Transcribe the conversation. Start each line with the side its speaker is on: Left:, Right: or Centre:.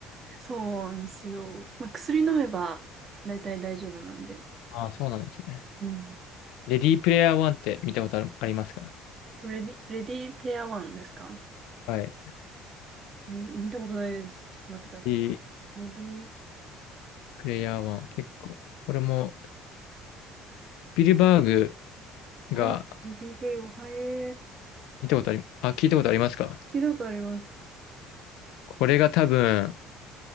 Right: そうなんですよ。まあ、薬飲めば大体大丈夫なんで。
Left: ああ、そうなんですね。
Right: うん。
Left: レディープレイヤー1って見たことある、ありますか
Right: レディ、レディペアワンですか
Left: はい。レ
Right: レディ見たことないです。ちょっと待ってください。
Left: ディー
Right: レディー、
Left: プレイヤー1、結構。これも、スピルバーグ
Right: あ、
Left: が
Right: レディープレイを、はい、えー、
Left: 見たことあり、あ、聞いたことありますか
Right: 聞いたことあります。
Left: これが多分、